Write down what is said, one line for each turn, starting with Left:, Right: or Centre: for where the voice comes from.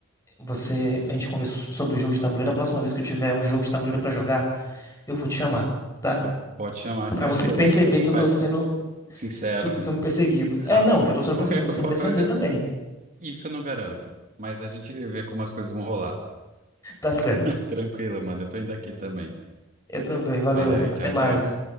Left: Você. A gente conversou so- sobre o jogo de tabuleiro. A próxima vez que eu tiver um jogo de tabuleiro pra jogar, eu vou te chamar, tá?
Right: Pode pode chamar que
Left: Pra
Right: eu,
Left: você
Right: que eu
Left: perceber
Right: eu tô
Left: que eu
Right: fa-
Left: tô sendo.
Right: sincero.
Left: Que eu tô sendo perseguido.
Right: Tá
Left: É, não,
Right: bom.
Left: que eu tô sendo
Right: Qualquer,
Left: perseguido.
Right: co-
Left: Você
Right: qualquer
Left: me defender
Right: coisa,
Left: também.
Right: isso eu não garanto. Mas a gente vê como as coisas vão rolar.
Left: Tá certo.
Right: <laughs> Tranquilo, mano. Eu tô indo aqui também.
Left: Eu também, valeu.
Right: Valeu, hein?
Left: Até
Right: Tchau,
Left: mais.
Right: tchau.